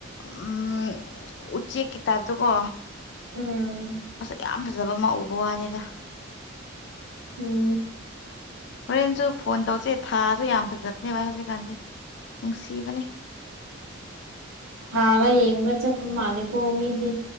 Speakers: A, on the left; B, on the right.
A: ꯎꯝ ꯎꯆꯦꯛꯀꯤ ꯇꯥꯏꯞꯗꯣꯀꯣ
B: ꯎꯝ
A: ꯌꯥꯝ ꯐꯖꯕ ꯑꯃ ꯎꯕ ꯋꯥꯅꯤꯗ
B: ꯎꯝ
A: ꯍꯣꯔꯦꯟꯁꯨ ꯐꯣꯟ ꯇꯧꯁꯦ ꯊꯥꯁꯨ ꯌꯥꯝ ꯐꯖꯕꯅꯦ ꯚꯥꯏ ꯍꯧꯖꯤꯛꯀꯥꯟꯖꯦ ꯅꯨꯡꯁꯤꯕꯅꯦ
B: ꯊꯥꯒ ꯌꯦꯡꯕ ꯆꯠꯄ ꯃꯥꯜꯂꯦꯀꯣ ꯃꯤꯗꯤ